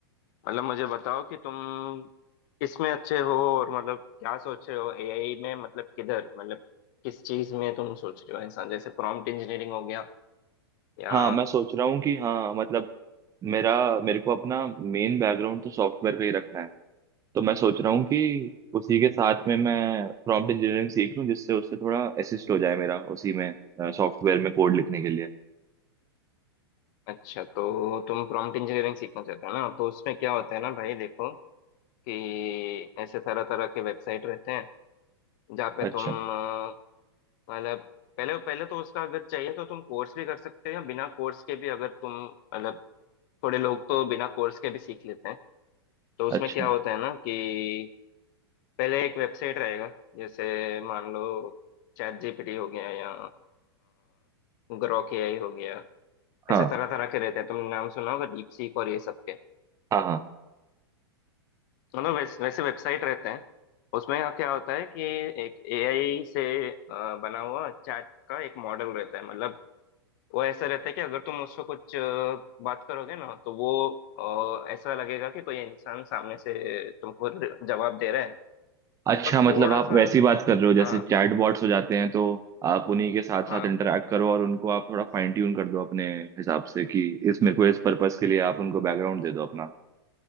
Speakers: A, on the left; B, on the right.
A: मतलब मुझे बताओ कि तुम किस में अच्छे हो और मतलब क्या सोच रहे हो एआई में मतलब किधर मतलब किस चीज में तुम सोच रहे हो ऐसा जैसे प्रॉम्प्ट इंजीनियरिंग हो गया या
B: हाँ मैं सोच रहा हूँ कि हाँ मतलब मेरा मेरे को अपना मेन बैकग्राउंड तो सॉफ्टवेयर का ही रखना है तो मैं सोच रहा हूँ कि उसी के साथ में मैं प्रॉम्प्ट इंजीनियरिंग सीख लूँ जिससे उससे थोड़ा असिस्ट हो जाए मेरा उसी में सॉफ्टवेयर में कोड लिखने के लिए
A: अच्छा तो तुम प्रॉम्प्ट इंजीनियरिंग सीखना चाहते हो ना तो उसमें क्या होता है ना भाई देखो कि ऐसे तरह तरह के वेबसाइट रहते हैं जहाँ पे
B: अच्छा
A: तुम अ, मतलब पहले पहले तो उसका अगर चाहिए तो तुम कोर्स भी कर सकते हो या बिना कोर्स के भी अगर तुम मतलब थोड़े लोग तो बिना कोर्स के भी सीख लेते हैं तो उसमें
B: अच्छा
A: क्या होता है ना कि पहले एक वेबसाइट रहेगा जैसे मान लो चैट जीपीटी हो गया या ग्रोक एआई हो गया
B: हाँ
A: ऐसे तरह तरह के रहते हैं तुमने नाम सुना होगा डीप सीक और ये सब के
B: हाँ हाँ
A: मतलब वैसे, वैसे वेबसाइट रहते हैं उसमें यहाँ क्या होता है कि एक एआई से अ, बना हुआ चैट का एक मॉडल रहता है मतलब वो ऐसा रहता है कि अगर तुम उसको कुछ अ, बात करोगे ना तो वो अ, ऐसा लगेगा कि कोई इंसान सामने से तुमको जवाब दे रहा है
B: अच्छा
A: पर
B: मतलब
A: थोड़ा
B: आप
A: सा
B: वैसी बात कर रहे हो जैसे
A: हाँ
B: चैट बॉट्स हो जाते हैं तो आप उन्हीं के साथ
A: हाँ
B: साथ इंटरेक्ट करो और उनको आप थोड़ा फाइन ट्यून कर दो अपने हिसाब से कि इस मेरे को इस पर्पस के लिए आप उनको बैकग्राउंड दे दो अपना